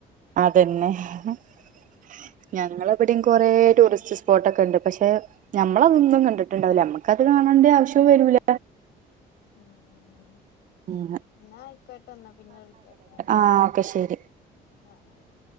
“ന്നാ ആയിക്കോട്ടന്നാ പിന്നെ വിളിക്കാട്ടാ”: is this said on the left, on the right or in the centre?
Left